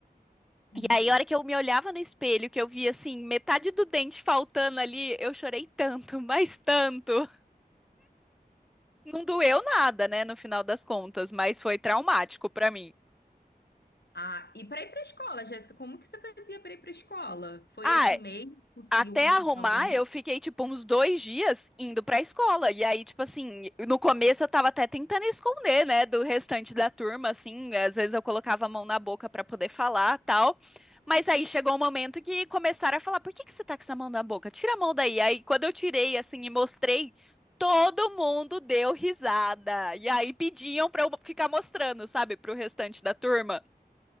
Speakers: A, on the left; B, in the centre.
A: dessa?
B: E aí, a hora que eu me olhava no espelho, que eu via, assim, metade do dente faltando ali, eu chorei tanto, <laughs> mas tanto. Não doeu nada, né, no final das contas, mas foi traumático pra mim.
A: Ah, e para ir para escola, Jéssica, como que você fazia para ir para escola? Foi
B: Ah,
A: assim mesmo? Conseguiu
B: Até
A: consertar
B: arrumar,
A: o dente?
B: eu fiquei, tipo, uns dois dias indo pra escola. E aí, tipo assim, no começo eu tava até tentando esconder, né, do restante da turma, assim. Às vezes eu colocava a mão na boca pra poder falar, tal. Mas aí chegou um momento que começaram a falar: por que que você tá com essa mão na boca? Tira a mão daí. Aí, quando eu tirei, assim, e mostrei, todo mundo deu risada. E aí pediam pra eu ficar mostrando, sabe, pro restante da turma.